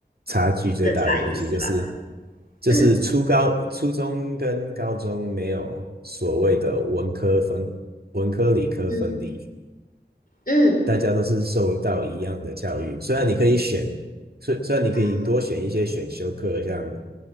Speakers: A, on the right; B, on the left.
A: 差距最大的东西，
B: 的差异是吧？
A: 就是就是初高、
B: 嗯
A: 初中跟高中没有所谓的文科分、文科理科分离，
B: 嗯嗯
A: 大家都是受到一样的教育，虽然你可以选，虽虽然你可以多选一些选修课，
B: 啊
A: 像